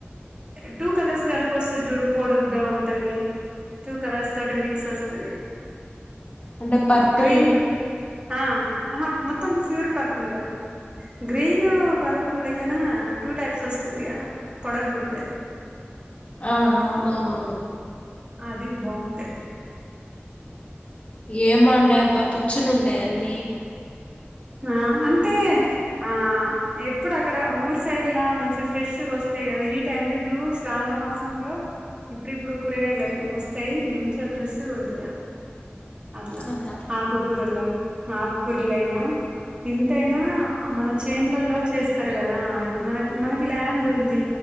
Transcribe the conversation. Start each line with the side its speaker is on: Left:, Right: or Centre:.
Right: టూ కలర్స్ కలిపి వస్తది చూడు పొడుగ్గా ఉంటది టూ కలర్స్ తోటి మిక్స్ వస్తది
Left: అంటే పర్పుల్
Right: గ్రీన్ ఆ ఆహ మొత్తం ప్యూర్ పర్పుల్ కాదు గ్రీన్ పర్పుల్ లెక్కన టూ టైప్స్ వస్తది గ పొడగ్గుంటేది
Left: ఆ అవునవునవును
Right: అది బాగుంటాది
Left: ఏం బంటాయబ్బా పుచ్చులు ఉంటయి అన్నీ
Right: ఆ అంటే ఆ ఎప్పుడు అక్కడ ఊరు సైడ్లా మంచిగా ఫ్రెష్గా వస్తాయి కదా ఈ టైమ్ లో ఇప్పుడు శ్రావణ మాసంలో ఇప్పుడు ఇప్పుడు కూరగాయలు వెళ్ళాయి వస్తాయి మంచిగా ఫ్రెష్ ఉంటాయి అన్నట్టు అట్ల
Left: ఆహా
Right: ఆకుకూరల ఆకుకూరలయినా ఇంతైనా మన చెన్లల్లో చేస్తారు కదా ఇప్ ఇప్పుడు మనకు మనకి ల్యాండ్ ఉంది